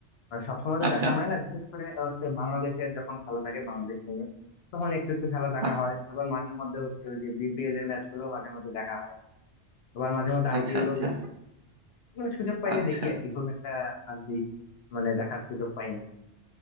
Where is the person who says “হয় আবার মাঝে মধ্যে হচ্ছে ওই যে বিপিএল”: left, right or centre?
Left